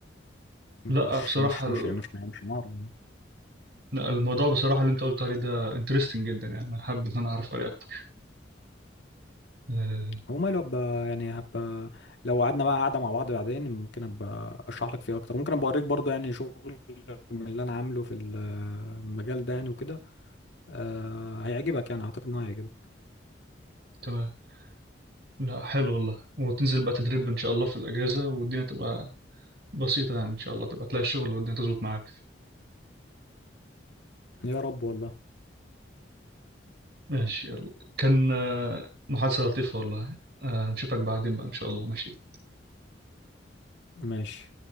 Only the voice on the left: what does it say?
مش
مش
مش مش مش عمارة يعني
وماله هبقى يعني هبقى لو قعدنا بقى قعدة مع بعض بعدين ممكن ابقى اشرح لك فيه اكتر ممكن ابقى اوريك برضه يعني شغل من اللي انا عامله في المجال ده يعني وكده أه هيعجبك يعني اعتقد انه هيعجبك
يا رب والله
ماشي